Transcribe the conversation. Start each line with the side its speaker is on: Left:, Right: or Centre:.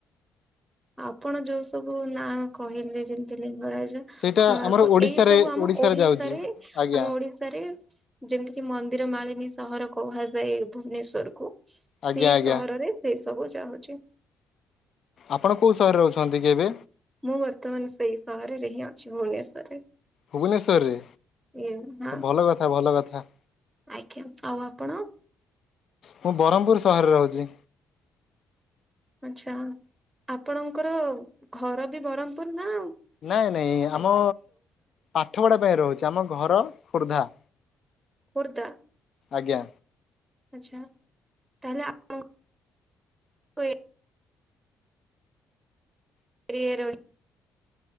Right: ଆପଣ ଯୋଉ ସବୁ ନାଁଆ କହିଲେ ଯେମିତି ଲିଙ୍ଗରାଜ୍ ଜ
Left: ସେଇଟା
Right: କୋଣାର୍କ
Left: ଆମର ଓଡିଶାରେ
Right: ଏଇ ସବୁ ଆମ ଓଡିଶାରେ
Left: ଯାଉଛି ଆଜ୍ଞା
Right: ଆମ ଓଡିଶାରେ ଯେମିତିକି ମନ୍ ମନ୍ଦିର ମାଳିନୀ ସହର କୁହାଯାଏ ଭୁବନେଶ୍ଵରକୁ,
Left: ଆଜ୍ଞା
Right: ସେଇ
Left: ଆଜ୍ଞା
Right: ସହରରେ ସେ ସବୁ ଯାଉଛି।
Left: ଆପଣ କୋଉ ସହରରେ ଅଛନ୍ତି କି ଏବେ?
Right: ମୁଁ ବର୍ତ୍ତମାନ ସେଇ ସହରରେ ହିଁ ଅଛି ଭୁବନେଶ୍ଵରରେ।
Left: ଭୁବନେଶ୍ଵରରେ,
Right: ଏ ହଁ
Left: ଭଲ କଥା ଭଲ କଥା।
Right: ଆଜ୍ଞା ଆଉ ଆପଣ
Left: ମୁଁ ବରମପୁର ସହରରେ ରହୁଛି।
Right: ଆଛା ଆପଣଙ୍କର ଘର ବି ବରହମପୁର ନା ଆଉ
Left: ନାଇଁ ନାଇଁ ଆମ ଆଠ ଗଡା ପାଇଁ ରହୁଛି ଆମ ଘର ଖୋର୍ଦ୍ଧା।
Right: ଖୁର୍ଦ୍ଧା
Left: ଆଜ୍ଞା।
Right: ଆଚ୍ଛା ତାହଲେ ଆ <unintelligible> <unintelligible>